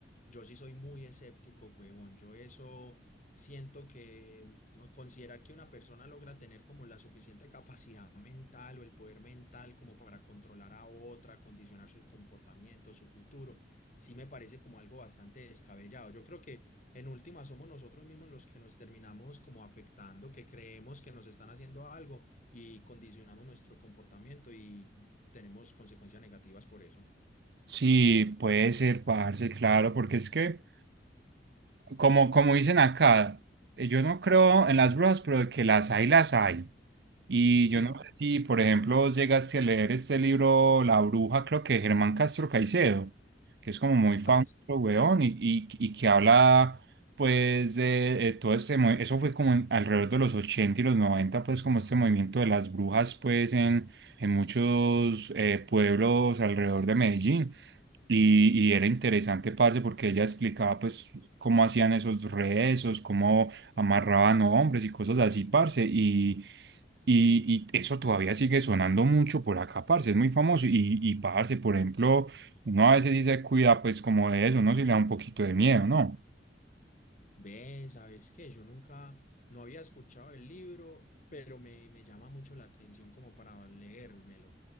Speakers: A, on the left; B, on the right.
A: Yo sí soy muy escéptico, huevón. Yo eso siento que mm, considerar que una persona logra tener como la suficiente capacidad <laughs> mental o el poder mental como para controlar a otra, condicionar sus comportamientos, su futuro, sí me parece como algo bastante descabellado. Yo creo que... En última, somos nosotros mismos los que nos terminamos como afectando, que creemos que nos están haciendo algo y condicionamos nuestro comportamiento y tenemos consecuencias negativas por eso.
B: Sí, puede ser, parce, claro, porque es que Como, como dicen acá, eh, yo no creo en las brujas, pero de que las hay, las hay. Y
A: Sí,
B: yo no
A: sí.
B: sé si, por ejemplo, vos llegaste a leer este libro La Bruja, creo que de Germán Castro Caicedo, que es como muy famoso,
A: Parce,
B: weón, y, y, y que habla, pues, de, eh, todo este, mue- eso fue como en- alrededor de los 80 y los 90 pues, como este movimiento de las brujas, pues, en, en muchos eh, pueblos alrededor de Medellín. Y, y era interesante, parce, porque ella explicaba, pues, cómo hacían esos rezos, cómo amarraban hombres y cosas así, parce. Y, y, y eso todavía sigue sonando mucho por acá, parce. Es muy famoso. Y, y parce, por ejemplo, uno a veces dice, cuida, pues, como de eso, ¿no? Si le da un poquito de miedo, ¿no?
A: ve, ¿sabes qué? Yo nunca, no había escuchado el libro, pero me, me llama mucho la atención como para leérmelo.